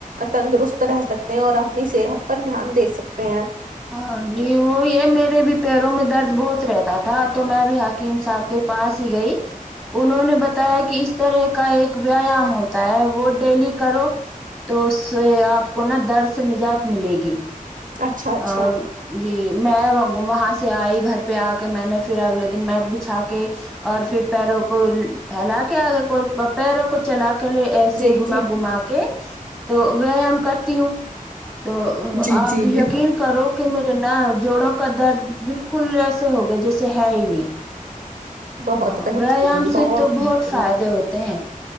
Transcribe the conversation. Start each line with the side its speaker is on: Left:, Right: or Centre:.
Right: تندرست رہ سکتے ہیں اور اپنی صحت پر دھیان دے سکتے ہیں
Centre: ہاں نہیں وہی ہے میرے بھی پیروں میں درد بہت رہتا تھا تو میں بھی حکیم صاحب کے پاس ہی گئی انہوں نے بتایا کہ اس طرح کا ایک ویایام ہوتا ہے وہ ڈیلی کرو تو اس سے آپ کو نا درد سے نجات ملے گی
Right: اچھا اچھا
Centre: اور جی میں وہاں سے آئی گھر پہ آ کے میں نے پھر اگلے دن میٹ بچھا کے اور پھر پیروں کو پھیلا کے آگے وپیروں کو چلا کے لے ایسے
Right: جی
Centre: گھما
Right: جی
Centre: گما کے تو ویایام کرتی ہوں تو
Right: جی
Centre: آپ
Right: جی
Centre: ہی
Right: جی
Centre: یقین کرو کہ میر نا جوڑوں کا درد بالکل ایسے ہوگا جیسے ہے ہی نہیں
Right: بہت
Centre: ہاں
Right: بہترین
Centre: ویایام سے
Right: بہت
Centre: تو
Right: بہترین
Centre: فائدے ہوتے ہیں